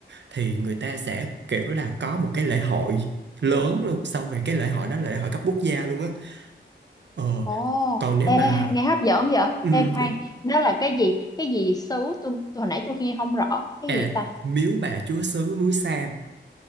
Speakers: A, on the right (about 65°); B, on the left (about 20°).
A: thì người ta sẽ kiểu là có một cái lễ hội lớn luôn xong rồi cái lễ hội đó là lễ hội cấp quốc gia luôn á ờ
B: ồ.
A: còn nếu
B: Ê,
A: mà
B: nghe hấp dẫn vậy?
A: ừ,
B: Ê, khoan,
A: đúng.
B: đó là cái gì? Cái gì xứ? Tôi, tôi hồi nãy tôi nghe không rõ. Cái
A: à
B: gì ta?
A: miếu bà chúa xứ núi Sam